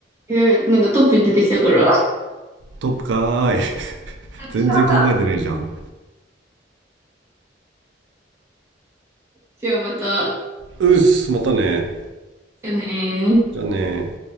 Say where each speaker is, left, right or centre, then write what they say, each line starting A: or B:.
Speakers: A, on the right (about 15°); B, on the right (about 75°).
A: うん、なんかトップに出てきたから。
B: トップかーい。<laughs>
A: <laughs>
B: 全然考えてねえじゃん。
A: じゃあまた、
B: うっす、またね。
A: やねー。
B: じゃあね